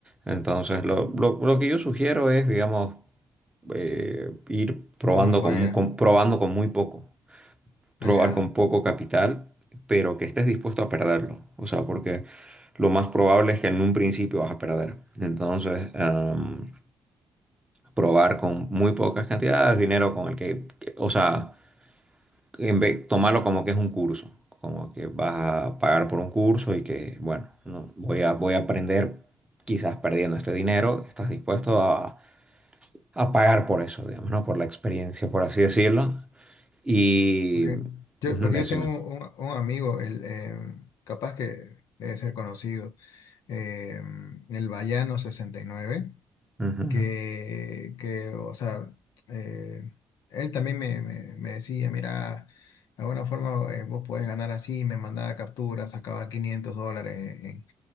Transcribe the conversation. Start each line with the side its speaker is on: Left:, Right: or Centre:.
Right: Entonces, lo, lo- lo que yo sugiero es, digamos, eh, ir probando
Left: ¿Cómo podría?
Right: con, con- probando con muy poco, probar
Left: Allá.
Right: con poco capital, pero que estés dispuesto a perderlo. O sea, porque lo más probable es que en un principio vas a perder. Entonces, am, probar con muy pocas cantidades de dinero con el que, que- o sea en vez- tomarlo como que es un curso, como que vas a pagar por un curso y que, bueno, no, voy a, voy a aprender quizás perdiendo este dinero, estás dispuesto a, a pagar por eso, digamos, ¿no? Por la experiencia, por así decirlo. Y
Left: Porque
Right: ujú,
Left: yo, porque
Right: decime.
Left: yo tengo un, un amigo, él, em, capaz que debe ser conocido, em, el Bayano 69.
Right: Ujú,
Left: que, que, o sea, eh, él también me, me- me decía, mira, de alguna forma eh, vos podés ganar así, me mandaba capturas, sacaba 500 dólares en,